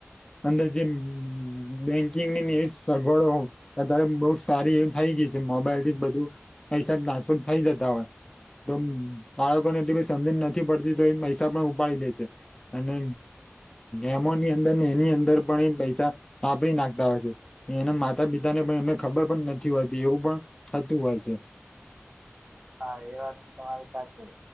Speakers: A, on the left; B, on the right.
A: અંદર જે બેંકિંગની એવી સગવડો અત્યારે બઉ સારી એવી થઇ ગય છે મોબાઈલ થી જ બધું પૈસા ટ્રાન્સફર થઇ જતા હોય તો બાળકોને એટલી બી સમજને નથી પડતી તો એને પૈસા પણ ઉપાડી લે છે અને એમો ની અંદર ને એની અંદર પણ એ પૈસા હા આપડી નાખતા આવે છે એના માતા પિતા ને પણ એમને ખબર પણ નથી હોતી એવું પણ થતું હોય છે
B: હા એ વાત તમારી સાચી